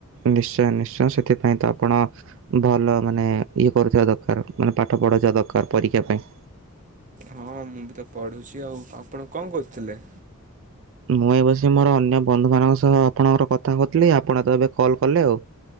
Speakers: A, on the right (about 65°); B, on the right (about 35°).
A: ନିଶ୍ଚୟ ନିଶ୍ଚୟ ସେ ସେଥିପାଇଁ ତ ଆପଣ ଭଲ ମାନେ ଇଏ କରୁ ଦରକାର, ମାନେ ପାଠ ପଢ଼ାଉିବା ଦରକାର ପରୀକ୍ଷା ପାଇଁ।
B: ହଁ ମୁଁ ବି ତ ପଢୁଛି। ଆଉ ଆପଣ କଣ କରୁଥିଲେ?
A: ମୁଁ ଏ ବସି ମୋର ଅନ୍ୟ ବନ୍ଧୁ ମାନଙ୍କ ସହ ଆପଣଙ୍କର କଥା କଥିଲି। ଆପଣ ତ ଏବେ କଲ କଲେ ଆଉ।